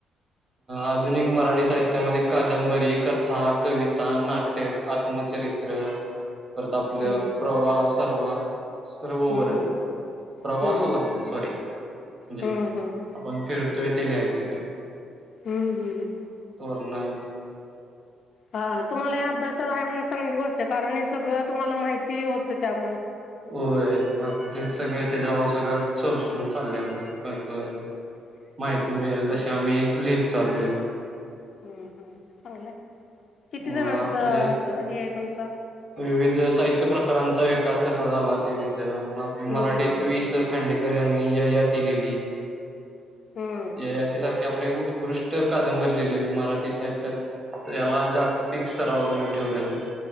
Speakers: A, on the right; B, on the left.
A: आधुनिक मराठी साहित्यामध्ये कादंबरी, कथा, कविता, नाट्य, आत्म चरित्र परत आपलं
B: हम्म
A: प्रवास
B: हम्म
A: सर्व
B: हम्म
A: वर्णन प्रवास
B: हम्म
A: वर्णन सॉरी म्हणजे
B: हम्म हम्म हम्म
A: आपण फिरतोय ते लिहायचं ते
B: हुं हुं हुं
A: नंन
B: हा हा तुम्हाला हे अभ्यासाला आहे म्हणून चांगली गोष्ट आहे कारण हे सगळं तुम्हाला माहिती होत त्यामुळ
A: होय म तेच सगळ त्याच्यावर सगळं संशोधन चाललय आमचं जसं जसं माहिती मिळेल
B: हम्म
A: तशी आम्ही लिहित चाललोय
B: हम् हम् चांगलंय किती
A: मग
B: जणांच
A: आपले
B: अस हे आहे तुमचं
A: विविध साहित्य प्रकारांचा विकास कसा झाला ते लिहितोय
B: हम्म
A: मराठीत
B: हम्म
A: वि. स. खांडेकर यांनी ययाती लिहिली.
B: हम्म
A: ययातीसारखी आपली उत्कृष्ट कादंबरी लिहिलेली मराठी साहित्यात याला जागतिक स्तरावर नेऊन ठेवलेलं आहे